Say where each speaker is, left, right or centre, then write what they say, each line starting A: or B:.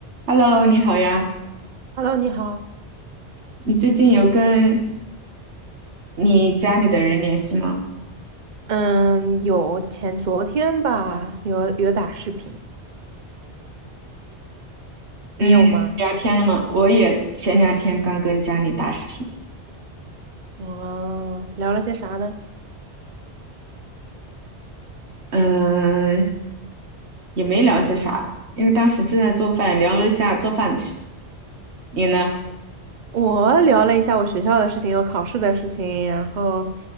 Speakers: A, on the right; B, on the right.
A: Hello，你好呀，
B: Hello，你好。
A: 你最近有跟你家里的人联系吗？
B: 嗯，有前昨天吧，有有打视频，
A: 嗯，
B: 你有吗？
A: 聊天了吗？我也前两天刚跟家里打视频，
B: 嗯，聊了些啥呢？
A: 嗯、也没聊些啥，因为当时正在做饭，聊了一下做饭的事情。你呢？
B: 我聊了一下我学校的事情，有考试的事情，然后